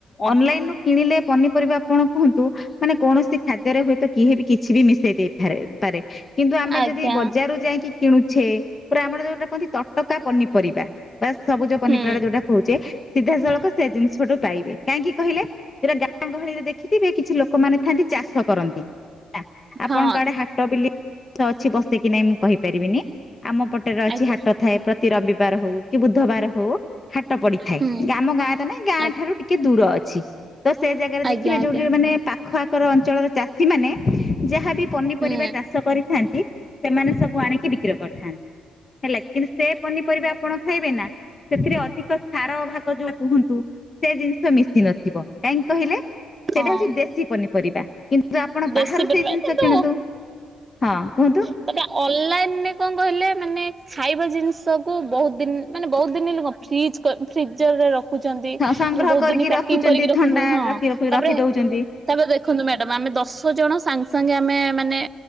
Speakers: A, on the left; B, on the right.
A: ଅନଲାଇନ୍ ରୁ କିଣିଲେ ପନିପରିବା ଆପଣ କୁହନ୍ତୁ, ମାନେ କୌଣସି ଖାଦ୍ୟରେ ହୁଏତ, କିହେ ବି କିଛି ବି ମିଶେଇ ଦେଇ ଫାରେ- ପାରେ କିନ୍ତୁ ଆମେ
B: ଆଜ୍ଞା
A: ଯଦି ବଜାରରୁ ଯାଇକି କିଣୁଛେ। ପୁରା ଆମର ଯୋଉଟା କୁହନ୍ତି, ତଟକା ପନିପରିବା। ବା ସବୁଜ ପନିପରିବା,
B: ହୁଁ
A: ଯୋଉଟା କହୁଛେ ସିଧାସଳଖ ସେ ଜିନିଷଠୁ ପାଇବେ କାହିଁକି କହିଲେ ସେଟା ଗାଁ ଗହଳିରେ ଦେଖିଥିବେ କିଛି ଲୋକମାନେ ଥାଆନ୍ତି ଚାଷ କରନ୍ତି ହେଲା ଆପଣଙ୍କ
B: ହଁ।
A: ଆଡେ ହାଟ ବିଲି ଅଛି ବସିକି ନାଇଁ ମୁଁ କହିପାରିବିନି ଆମ ପଟରେ ଅଛି
B: ଆଜ୍ଞା।
A: ହାଟ ଥାଏ ପ୍ରତି ରବିବାର ହଉ କି ବୁଧବାର ହଉ ହାଟ ପଡିଥାଏ
B: ହୁଁ
A: ଆମ ଗାଁ ତ ନାଇଁ ଗାଁ
B: ଆଜ୍ଞା
A: ଠାରୁ ଟିକେ ଦୂର ଅଛି ତ ସେ ଜାଗାରେ
B: ଆଜ୍ଞା
A: ଦେଖିବେ
B: ଆଜ୍ଞା
A: ଯୋଉଠି ମାନେ ପାଖ ଆଖ ଅଞ୍ଚଳର ଚାଷୀ ମାନେ ଯାହାବି ପନିପରିବା
B: ହୁଁ
A: ଚାଷ କରିଥାନ୍ତି ସେମାନେ ସ ମୁଁ ଆଣିକି ବିକ୍ରୟ କରିଥାନ୍ତି ହେଲା କିନ୍ତୁ ସେ ପନିପରିବା ଆପଣ ଖାଇବେ ନା ସେଥିରେ ଅଧିକ ସାର ଯୋଉ କୁହନ୍ତୁ। ସେ ଜିନିଷ ମିଶି ନଥିବ କାହିଁକି କହିଲେ ସେଇଟା
B: ହଁ।
A: ହଉଛି ଦେଶୀ ପନିପରିବା କିନ୍ତୁ ଆପଣ
B: ବେଶୀ
A: ବାହାରୁ
B: ପରିମାଣ
A: ସେଇ ଜିନିଷ
B: କିନ୍ତୁ
A: କିଣନ୍ତୁ ହଁ କୁହନ୍ତୁ
B: ଟେ ଅନଲାଇନରେ କଣ କହିଲେ ମାନେ ଖାଇବା ଜିନିଷକୁୁ ବହୁତ ଦିନ ମାନେ ବହୁତ ଦିନ ହେ ଲ କ ଫ୍ରିଜ ଫ୍ରିଜରରେ ରଖ ରଖଛନ୍ତି ମାନେ
A: ସଂଗ୍ରହ
B: ବହୁତ
A: କରିକି
B: ଦିନ ପ୍ୟାକିଂ କରିକି ରଖୁଛନ୍ତି
A: ଥଣ୍ଡା
B: ହଁ
A: ରଖି ରଖି
B: ତାପରେ
A: ରଖି ଦଉଛନ୍ତି
B: ତାପରେ ଦେଖନ୍ତୁ ମ୍ୟାଡାମ ଆମେ ଦଶ ଜଣ ସାଙ୍ଗେ ସାଙ୍ଗେ ଆମେ ମାନେ